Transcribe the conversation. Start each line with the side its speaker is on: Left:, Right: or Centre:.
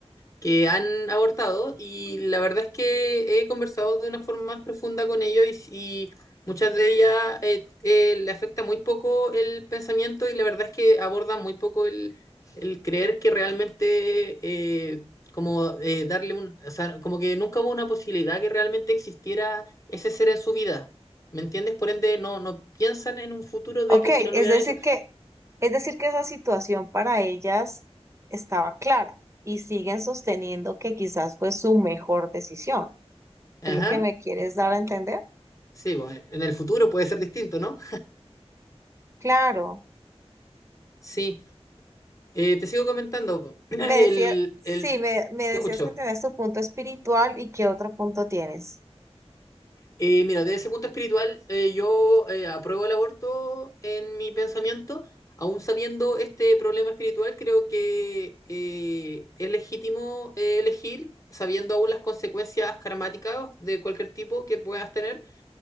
Left: que han abortado y la verdad es que he conversado de una forma más profunda con ellos y, y muchas de ellas eh, eh, le afecta muy poco el pensamiento y la verdad es que abordan muy poco el, el creer que realmente eh, como eh, darle un, o sea, como que nunca hubo una posibilidad que realmente existiera ese ser en su vida. ¿Me entiendes? Por ende, no, no piensan en un futuro de
Right: Ok,
Left: que si no
Right: es
Left: lo hubieran
Right: decir
Left: hecho.
Right: que, es decir que esa situación para ellas estaba clara y siguen sosteniendo que quizás fue su mejor decisión.
Left: Ajá.
Right: ¿Es lo que me quieres dar a entender?
Left: Sí, bueno, en el futuro puede ser distinto, ¿no?
Right: Claro.
Left: Sí. Eh, te sigo comentando, po. <laughs> <clears throat> el,
Right: Me decías, sí,
Left: el,
Right: me, me
Left: te
Right: decías
Left: escucho.
Right: que tenés tu punto espiritual y qué otro punto tienes.
Left: Eh, mira, desde ese punto espiritual, eh, yo eh, apruebo el aborto en mi pensamiento, aún sabiendo este problema espiritual, creo que eh, es legítimo eh, elegir, sabiendo aún las consecuencias karmáticas de cualquier tipo que puedas tener,